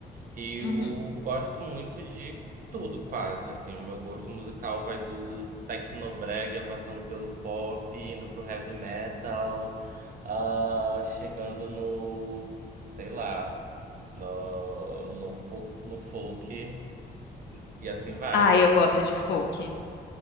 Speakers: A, on the right (about 55°); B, on the left (about 70°).
A: Eu
B: Uhum.
A: gosto muito de tudo quase, assim, o meu gosto musical vai do tecnobrega passando pelo pop, indo pro heavy metal, ah, chegando no, sei lá, no, no, fol- no folk, e assim vai.
B: Ah, eu gosto de folk.